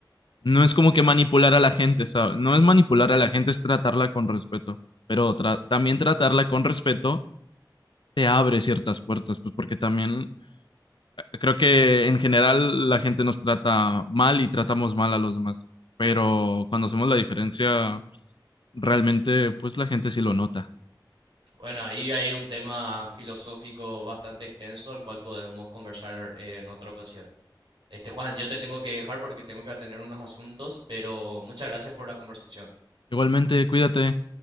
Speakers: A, on the left; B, on the right.
A: no es como que manipular a la gente, ¿sabes? No es manipular a la gente, es tratarla con respeto, pero tra- también tratarla con respeto te abre ciertas puertas, pues porque también creo que en general la gente nos trata mal y tratamos mal a los demás, pero cuando hacemos la diferencia, realmente, pues la gente sí lo nota.
B: Bueno, ahí hay un tema filosófico bastante extenso, al cual podemos conversar eh, en otra ocasión. Este, Juan, yo te tengo que dejar porque tengo que atender unos asuntos, pero muchas gracias por la conversación.
A: Igualmente, cuídate.